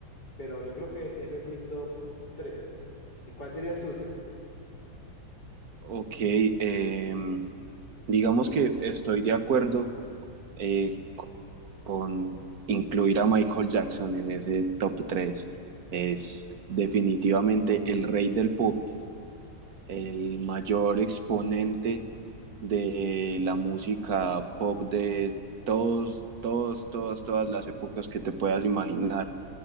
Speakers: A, on the left; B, on the right.
A: Pero yo creo que ese es mi top 3. ¿Y cuál sería el suyo?
B: Ok, eh, digamos que estoy de acuerdo eh, con incluir a Michael Jackson en ese top 3.
A: Entiendo.
B: Es definitivamente el rey del pop el mayor exponente de la música pop de todos, todos, todas, todas las épocas que te puedas imaginar.